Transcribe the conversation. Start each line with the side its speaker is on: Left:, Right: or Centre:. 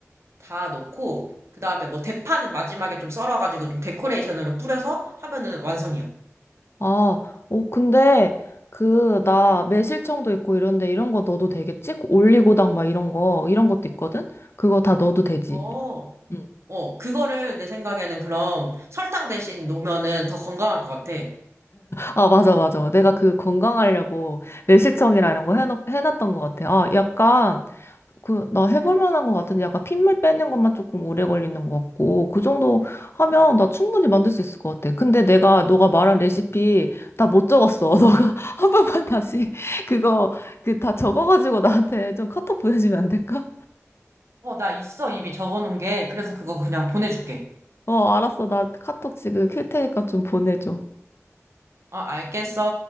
Right: 다 넣고, 그 다음에 뭐 대파는 마지막에 좀 썰어가지고 좀 데코레이션으로 뿌려서 하면은 완성이야.
Left: 아, 어 근데 그 나
Right: 응, 응.
Left: 매실청도 있고 이런데 이런 거 넣어도 되겠지? 그 올리고당 막 이런 거 이런 것도 있거든? 그거 다 넣어도 되지?
Right: 어.
Left: 응.
Right: 어, 그거를 내 생각에는 그럼 설탕 대신 놓으면은 더 건강할 것 같아.
Left: 아, 맞아, 맞아. 내가 그 건강하려고 매실청이라 이런 거 해놓, 해놨던 것 같아. 아, 약간, 그, 나 해볼
Right: 응.
Left: 만한 것 같은데 약간 핏물 빼는 것만 조금 오래 걸리는 것 같고, 그 정도 하면 나 충분히 만들 수 있을 것 같아. 근데 내가, 너가 말한 레시피 다 못 적었어.
Right: 어,
Left: <laughs> 너가 한 번만 다시 그거, 그 다 적어가지고 나한테 좀 카톡 보내주면 안 될까?
Right: 어, 나 있어. 이미 적어놓은 게. 그래서 그거 그냥 보내줄게.
Left: 어, 알았어. 나 카톡 지금 킬 테니까 좀 보내줘.
Right: 어, 알겠어.